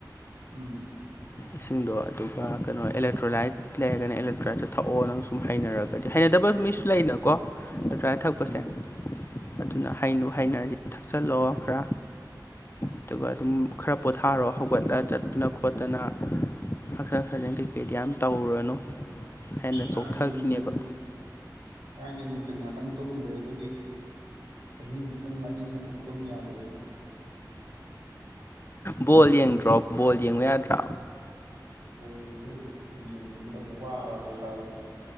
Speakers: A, on the right; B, on the left.
A: ꯎꯝ
B: ꯏꯁꯤꯡꯗꯣ ꯑꯗꯨꯒ ꯀꯩꯅꯣ ꯑꯦꯂꯦꯛꯇ꯭ꯔꯣꯂꯥꯏꯠ ꯂꯩꯔꯒꯅ ꯑꯦꯂꯦꯛꯇ꯭ꯔꯥꯏꯠꯇ ꯊꯛꯑꯣ ꯅꯪ ꯁꯨꯝ ꯍꯩꯅꯔꯒꯗꯤ ꯍꯩꯅꯗꯕ ꯃꯤꯁꯨ ꯂꯩꯅꯀꯣ ꯊꯛꯄꯁꯦ
A: ꯃꯥꯅꯦ ꯃꯥꯅꯦ
B: ꯑꯗꯨꯅ ꯍꯥꯏꯅꯨ ꯍꯥꯏꯅꯔꯗꯤ ꯊꯛꯆꯜꯂꯛꯑꯣ ꯈꯔ ꯑꯗꯨꯒ ꯑꯗꯨꯝ ꯈꯔ ꯄꯣꯊꯥꯔꯣ ꯍꯧꯒꯠꯂ ꯆꯠꯇꯅ ꯈꯣꯠꯇꯅ ꯍꯛꯆꯥꯡ ꯁꯥꯖꯦꯜ ꯀꯩꯀꯩꯗꯤ ꯌꯥꯝ ꯇꯧꯔꯨꯔꯅꯨ ꯍꯦꯟꯅ
A: ꯑꯁ ꯉꯔꯥꯡꯗꯤ
B: ꯆꯣꯛꯊꯈꯤꯅꯦꯕ
A: ꯅꯨꯡꯊꯤꯜ ꯉꯔꯥꯡꯗꯤ ꯅꯨꯡꯊꯤꯜ ꯉꯥꯛꯇꯪ ꯇꯨꯝꯃꯨꯔꯦ ꯑꯗꯨꯒꯤ ꯑꯍꯤꯡ ꯄꯨꯡ ꯑꯅꯤ ꯑꯍꯨꯝꯐꯧ ꯑꯗꯨꯝ ꯌꯥꯗꯗꯅ
B: ꯕꯣꯜ ꯌꯦꯡꯗ꯭ꯔꯣ ꯕꯣꯜ ꯌꯦꯡꯕ ꯌꯥꯗ꯭ꯔꯥ
A: ꯣꯜꯗꯨ ꯌꯦꯡꯅꯤꯡꯗ꯭ꯔꯕ ꯋꯥꯔꯕ ꯁꯥ